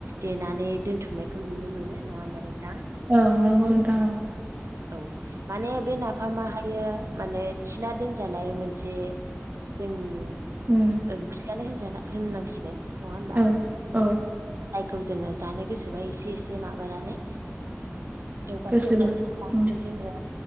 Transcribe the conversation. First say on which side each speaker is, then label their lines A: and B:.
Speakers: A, on the right; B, on the right.
A: देनानै दोनथुमनायखौ नुनो मोनो नङा होनबा नोंथां?
B: औ नंगौ नोंथां औ।
A: औ माने बे नाफामाहायो माने थिना दोनजानाय मोनसे जोंनि
B: उम।
A: ओंख्रियानो होनजा होननांसिगोन नङा होनबा?
B: औ औ
A: जायखौ जोङो जानो गोसोबा एसे -एसे माबानानै एवगासे
B: गासैबो
A: -एवगासेखौ लानानै
B: उम
A: जोङो